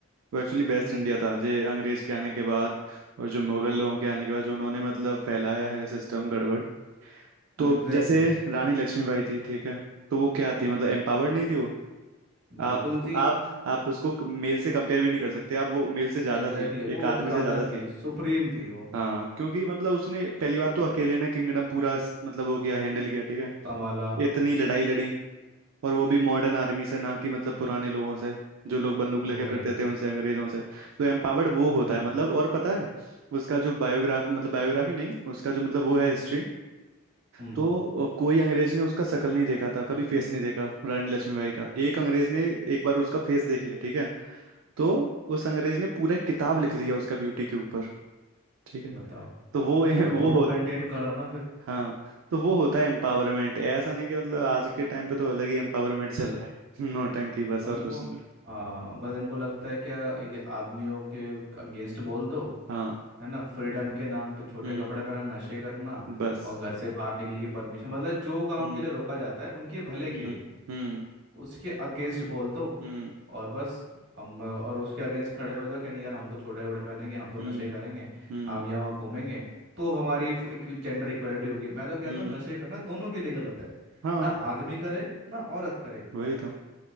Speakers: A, on the right (about 70°); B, on the right (about 50°).
A: वो एक्चुअली बेस्ट
B: हम्म
A: इंडिया था जे अंग्रेज के आने के बाद और जो मुगल लोगों के आने के बाद जो उन्होंने मतलब फैलाया है सिस्टम गड़बड़ तो
B: Exactly
A: जैसे रानी लक्ष्मीबाई थी ठीक है तो वो क्या थी मतलब एम्पावर्ड नहीं थी वो
B: exactly. बिल्कुल
A: आप
B: थी
A: आप आप उसको मेल से कंपेयर भी नहीं कर सकते आप वो मेल से ज्यादा
B: Exactly
A: थी
B: exactly.
A: एक
B: वो
A: आदमी
B: ज्यादा
A: से ज्यादा
B: थी
A: थी
B: सुप्रीम थी वो
A: हाँ क्योंकि मतलब उसने पहली बात तो अकेले ने किंगडम पूरा स- मतलब वो किया हैंडल किया ठीक है
B: कमाला
A: इतनी लड़ाई लड़ी और वो भी मॉडर्न आर्मी से ना कि मतलब पुराने लोगों से जो लोग बंदूक लेके
B: वो
A: फिरते
B: है
A: थे उनसे अंग्रेजों से तो एम्पावर्ड वो होता
B: अ,
A: है मतलब और पता है उसका जो बायोग्राफ मतलब बायोग्राफी नहीं उसका जो मतलब वो है हिस्ट्री
B: हम्म
A: तो कोई अंग्रेज ने उसका शकल नहीं देखा था कभी फेस नहीं देखा रानी लक्ष्मीबाई का एक अंग्रेज ने एक बार उसका फेस देख लिया ठीक है तो उस अंग्रेज ने पूरा एक किताब लिख दिया उसका ब्यूटी के ऊपर ठीक है
B: बताओ
A: तो वो
B: ब-
A: वो
B: दोनों
A: हो
B: मेंटेन करा ना फिर
A: हाँ तो वो होता है एम्पावरमेंट ऐसा नहीं कि मतलब आज के टाइम पे तो अलग ही एम्पावरमेंट चल रहा है <laughs> नौटंकी
B: हम्म,
A: बस
B: उनको
A: और कुछ नहीं
B: हाँ बस इनको लगता है क्या ये आदमियों के अगेंस्ट बोल दो
A: हाँ
B: है ना फ्रीडम के नाम पे छोटे
A: हम्म
B: कपड़े पहना नशे करना
A: बस
B: और घर से बाहर निकल के परमिशन मतलब जो काम
A: हम्म
B: के लिए रोका जाता है उनके भले
A: हम्म
B: के लिए
A: हम्म
B: उसके अगेंस्ट बोल दो
A: हम्म
B: और बस हम और उसके अगेंस्ट खड़े हो जाओ कि नहीं यार हम तो छोटे कपड़े पहनेंगे हम तो
A: हम्म
B: नशे करेंगे
A: हम्म
B: हम यहाँ वहाँ घूमेंगे तो हमारी जेंडर इक्वालिटी होगी मैं तो कहता
A: हम्म,
B: हूँ नशे करना दोनों के लिए गलत है
A: हाँ
B: ना आदमी करे ना औरत करे
A: वही तो